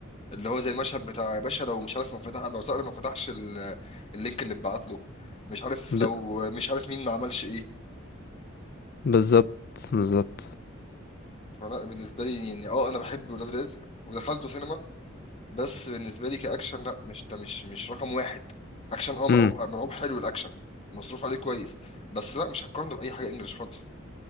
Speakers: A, on the left; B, on the left.
A: اللي هو زي المشهد بتاع يا باشا لو مش عارف ما فتح لو صقر ما فتحش ال- اللينك اللي اتبعت له مش عارف
B: ب...
A: لو مش عارف مين ما عملش ايه
B: بالظبط بالظبط
A: فلا بالنسبه لي يعني اه انا بحب ولاد رزق ودخلته سينما بس بالنسبه لي كاكشن لا مش ده مش مش رقم واحد اكشن اه مرعوب
B: امم
A: مرعوب حلو الاكشن مصروف عليه كويس بس لا مش هقارنه باي حاجه انجلش خالص